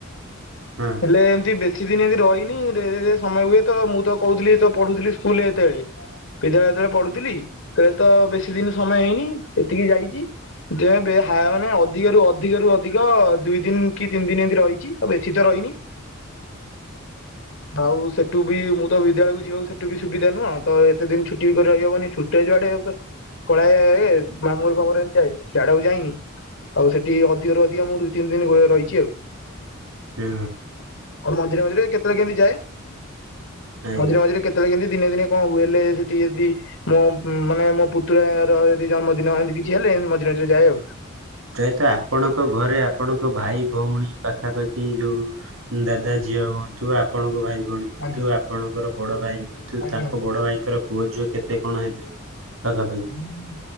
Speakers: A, on the right; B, on the left.
A: ହଁ।
B: ହେଲେ ଏମତି ବେଶୀ ଦିନ ଏମିତି ରହିନି ସମୟ ହୁଏ ତ ମୁଁ ତ କହୁଥିଲି ତ ପଢୁଥିଲି ସ୍କୁଲରେ ଏତେବେଳେ। ବିଦ୍ୟାଳୟ ଯେତେବେଳେ ପଢୁଥିଲି ତଳେ ତ ବେଶୀ ଦିନ ସମୟ ହେଇନି ଏତିକି ଯାଇଚି। ଯେବେ ହ ମାନେ ଅଧିକ ରରୁ ଅଧିକ ରୁ ଅଧିକ ଦୁଇ ଦିନ କି ତିନି ଦିନ ଏମିତି ରହିଚି ଆଉ ବେଶୀ ଶୀତ ରହିନି।
A: ହ
B: ଆଉ ସେଠୁ ବି ମୁଁ ତ ବିଦ୍ୟାଳୟକୁ ଯିବାକୁ ସେଠୁ ବି ସୁବିଧା ନୁହଁ ତ ଏତେ ଦିନ ଛୁଟି ବି କରି ରହବନି ଛୁଟି <unintelligible> ଯୁଆଡେ କଳ <unintelligible> ଏମିତି ଯାଏ ସେଆଡେ ଆଉ ଯାଇନି। ଆଉ ସେଠି ଅଧିକରୁ ଅଧିକ ମୁଁ ଦୁଇ ତିନି ଦିନ ଗଳେ ରହିଛି ଆଉ।
A: ହୁଁ।
B: ଆଉ ମଝିରେ ମଝିରେ କେତେବେଳେ କେମିତି ଯାଏ
A: ଆଜ୍ଞା
B: ମଝିରେ ମଝିରେ କେତେ ବେଳେ କେମିତି ଦିନେ ଦିନେ କଣ ହୁଏଲେ ସେଠି ଯଦି ମୋ ମାନେ ମୋ ପୁତୁର ର ଯଦି ଜନ୍ମଦିନ ଏମିତି କିଛି ହେଲେ ଏମିତି ମଝିରେ ମଝିରେ ଯାଏ ଆଉ।
A: ପ୍ରାୟତ ଆପଣଙ୍କ ଘରେ ଆପଣଙ୍କ ଭାଇ ଭଉଣୀ ପାଖାପାଖି ଯୋଉ ଦାଦା ଝିଅ ହୁଅନ୍ତୁ ଆପଣଙ୍କ ଭାଇ ଭଉଣୀ ହୁୁ
B: ଆଜ୍ଞା
A: ଆପଣଙ୍କର ବଡ ଭାଇ ହୁଅନ୍ତୁ
B: ଆଜ୍ଞା
A: ତାଙ୍କ ବଡ ଭାଇଙ୍କର ପୁଅ ଝିଅ କେତେ କଣ ହେବେ ପାଖା ପାଖି?
B: ମୁଁ